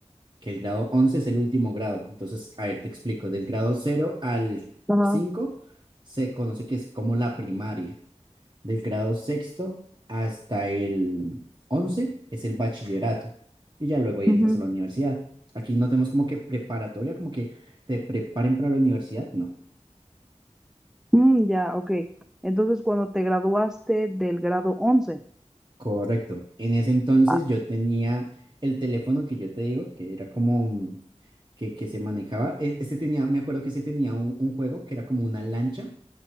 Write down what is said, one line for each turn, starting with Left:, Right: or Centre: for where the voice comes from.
Right: que el grado 11 es el último grado. Entonces, a ver, te explico, del grado cero al
Centre: ajá.
Right: 5 se conoce que es como la primaria. Del grado sexto hasta el once es el bachillerato y ya luego ahí
Centre: ujú.
Right: entras a la universidad. Aquí no tenemos como que preparatoria, como que te preparen para la universidad, no.
Centre: Mm, ya, ok. Entonces, cuando te graduaste del grado once
Right: Correcto. En ese entonces
Centre: Ah,
Right: yo tenía el teléfono que yo te digo, que era como mm, que, que se manejaba. E- Este tenía, me acuerdo que este tenía un, un juego que era como una lancha